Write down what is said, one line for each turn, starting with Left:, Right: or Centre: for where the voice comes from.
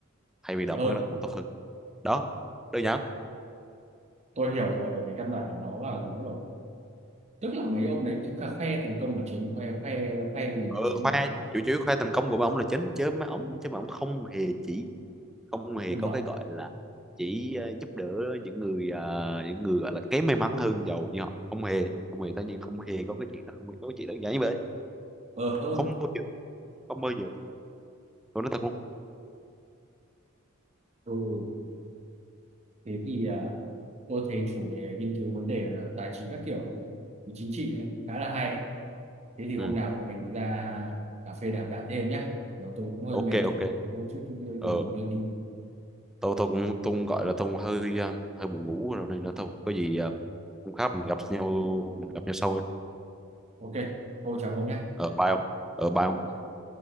Centre: thay vì
Right: còn
Centre: đọc
Right: hơn
Centre: mất đó cũng tốt hơn đó đơn giản
Right: tôi hiểu rồi bởi vì căn bản là nó là gì rồi tức là mấy ông đấy kha- khoe thành công là chính khoe khoe khoe mình
Centre: ừ,
Right: là chính
Centre: khoe
Right: mà
Centre: chủ yếu khoe thành công của mấy ông là chính chứ mấy ông chứ mà ông không hề chỉ không hề
Right: nhân
Centre: có
Right: giàu
Centre: cái gọi là chỉ ờ, giúp đỡ những người ờ, những người gọi là kém may mắn hơn giàu như họ không hề không hề tất nhiên không hề có cái chuyện đó không hề có cái chuyện đơn giản như vậy
Right: ờ hơ
Centre: không bao giờ không bao giờ tôi nói thật luôn
Right: ừ ừ. thế thì à, tôi thấy chủ đề nghiên cứu vấn đề tài chính các kiểu ấy thì chính trị ấy, khá là hay ấy. thế thì
Centre: ừ.
Right: hôm nào bọn mình ra cà phê đàm đạo thêm nhé rồi tôi cũng hơi
Centre: ok
Right: mệt rồi
Centre: ok
Right: tôi cũng đôi chút tôi
Centre: ờ
Right: tôi mình đi
Centre: tôi tôi cũng tôi cũng gọi là tôi cũng hơi ờ, hơi buồn ngủ rồi nên là thôi có gì ờ, hôm khác mình gặp nhau mình gặp nhau sau nha.
Right: ok thôi chào ông nhé
Centre: ở bye không ở bye không
Right: Bye.